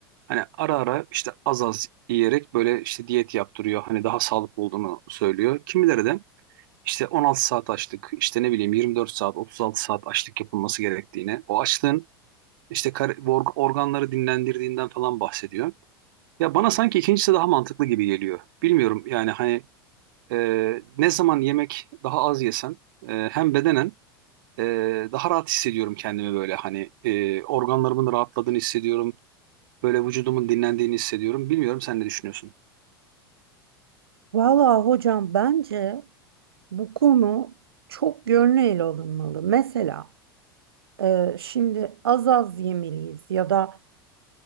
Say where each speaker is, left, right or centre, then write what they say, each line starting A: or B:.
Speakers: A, on the right (about 60°); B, on the right (about 75°).
A: Hani ara ara işte az az yiyerek böyle işte diyet yaptırıyor. Hani daha sağlıklı olduğunu söylüyor. Kimileri de işte 16 saat açlık işte ne bileyim 24 saat 36 saat açlık yapılması gerektiğini o açlığın işte kar- org- organları dinlendirdiğinden falan bahsediyor. Ya bana sanki ikincisi daha mantıklı gibi geliyor. Bilmiyorum yani hani e, ne zaman yemek daha az yesem e, hem bedenen e, daha rahat hissediyorum kendimi böyle hani e, organlarımın rahatladığını hissediyorum. Böyle vücudumun dinlendiğini hissediyorum. Bilmiyorum sen ne düşünüyorsun?
B: Valla hocam bence bu konu çok yönlü ele alınmalı. Mesela e, şimdi az az yemeliyiz ya da